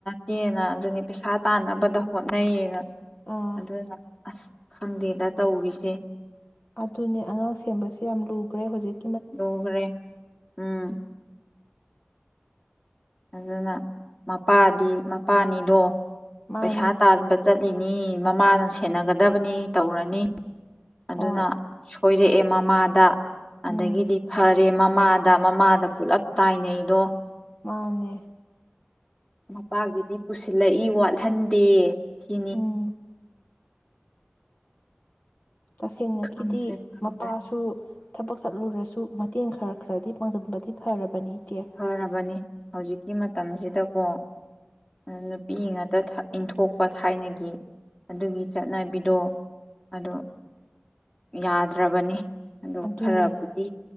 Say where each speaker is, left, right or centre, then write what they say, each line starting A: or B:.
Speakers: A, on the left; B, on the left.
A: ꯇꯦꯅ ꯑꯗꯨꯅꯤ ꯄꯩꯁꯥ ꯇꯥꯟꯅꯕꯗ ꯍꯣꯠꯅꯩꯌꯦꯅ꯫
B: ꯑꯥ
A: ꯑꯗꯨꯅ ꯑꯁ ꯈꯪꯗꯦꯗ ꯇꯧꯔꯤꯖꯦ꯫
B: ꯑꯗꯨꯅꯦ ꯑꯉꯥꯡ ꯁꯦꯝꯕꯁꯦ ꯌꯥꯝ ꯂꯨꯒꯔꯦ ꯍꯧꯖꯤꯛ
A: ꯂꯨꯒꯔꯦ ꯎꯝ꯫ ꯑꯗꯨꯅ ꯃꯄꯥꯗꯤ ꯃꯄꯥꯅꯤꯗꯣ
B: ꯃꯥꯅꯤ
A: ꯄꯩꯁꯥ ꯇꯥꯟꯕ ꯆꯠꯂꯤꯅꯤ꯫ ꯃꯃꯥꯅ ꯁꯦꯟꯅꯒꯗꯕꯅꯤ ꯇꯧꯔꯅꯤ꯫ ꯑꯗꯨꯅ
B: ꯍꯣꯏ
A: ꯁꯣꯏꯔꯛꯑꯦ꯫ ꯃꯃꯥꯗ ꯑꯗꯒꯤꯗꯤ
B: ꯎꯝ
A: ꯐꯔꯦ ꯃꯃꯥꯗ ꯃꯃꯥꯗ ꯄꯨꯂꯞ ꯇꯥꯏꯅꯩꯗꯣ꯫
B: ꯃꯥꯅꯦ꯫
A: ꯃꯄꯥꯒꯤꯗꯤ ꯄꯨꯁꯤꯜꯂꯛꯏ ꯋꯥꯠꯍꯟꯗꯦ꯫ ꯁꯤꯅꯤ꯫
B: ꯎꯝ ꯇꯁꯦꯡꯅꯈꯤꯗꯤ
A: ꯈꯪꯗ꯭ꯔꯦ ꯈꯪꯗ꯭ꯔꯦ
B: ꯃꯄꯥꯁꯨ ꯊꯕꯛ ꯆꯠꯂꯨꯔꯁꯨ ꯃꯇꯦꯡ ꯈꯔ ꯈꯔꯗꯤ ꯄꯥꯡꯖꯤꯟꯕꯗꯤ ꯐꯔꯕꯅꯤ꯫ ꯏꯆꯦ
A: ꯐꯔꯕꯅꯤ ꯍꯧꯖꯤꯛꯀꯤ ꯃꯇꯝꯖꯤꯗ꯫ ꯀꯣ ꯅꯨꯄꯤ ꯉꯥꯛꯇ ꯏꯟꯊꯣꯛꯄ ꯊꯥꯏꯅꯒꯤ ꯑꯗꯨꯒꯤ ꯆꯠꯅꯕꯤꯗꯣ ꯑꯗꯨ ꯌꯥꯗ꯭ꯔꯕꯅꯤ꯫ ꯑꯗꯨ
B: ꯑꯗꯨꯅꯦ
A: ꯈꯔꯕꯨꯗꯤ